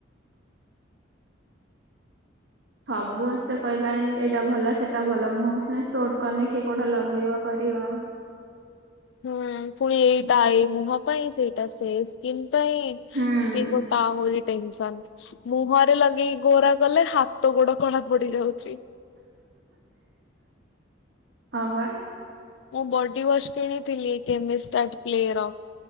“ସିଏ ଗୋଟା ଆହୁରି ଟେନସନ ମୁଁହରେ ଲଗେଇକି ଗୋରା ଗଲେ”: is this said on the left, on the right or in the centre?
Left